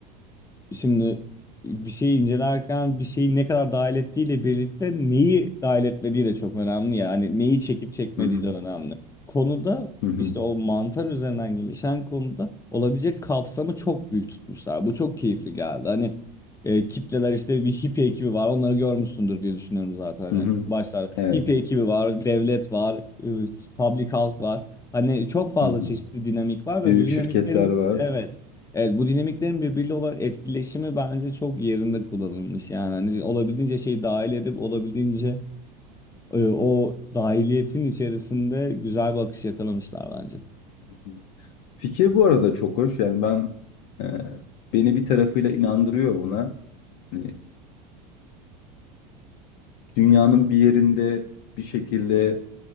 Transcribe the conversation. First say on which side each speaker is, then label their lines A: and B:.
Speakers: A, on the left; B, on the left.
A: e, şimdi bir şeyi incelerken bir şeyi ne kadar dahil ettiğiyle birlikte neyi dahil etmediği de çok önemli ya. Hani neyi çekip çekmediği
B: <laughs>
A: de önemli. Konuda
B: Hı hı.
A: işte o mantar üzerinden gelişen konuda olabilecek kapsamı çok büyük tutmuşlar. Bu çok keyifli geldi. Hani e, kitleler işte bir hippie ekibi var. Onları görmüşsündür diye düşünüyorum zaten. Hani
B: Hı hı.
A: başlar
B: Evet.
A: hippie ekibi var, devlet var, e, public halk var. Hani çok fazla
B: Hı hı.
A: çeşitli dinamik var
B: Büyük
A: ve bu dinamiklerin
B: şirketler var.
A: evet. Evet bu dinamiklerin birbiriyle olan etkileşimi bence çok yerinde kullanılmış. Yani hani olabildiğince şeyi dahil edip olabildiğince e, o dahiliyetin içerisinde güzel bir akış yakalamışlar bence.
B: Hı hı. Fikir bu arada çok hoş. Yani ben e, beni bir tarafıyla inandırıyor buna. Hani dünyanın bir yerinde bir şekilde